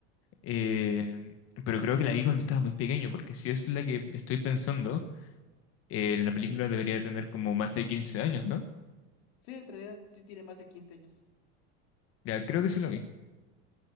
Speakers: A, on the left; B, on the left.
A: Eh, pero creo que la vi cuando estaba muy pequeño, porque si es la que estoy pensando, eh, la película debería tener como más de 15 años, ¿no?
B: Sí, en realidad sí tiene más de 15 años.
A: Ya creo que sí la vi.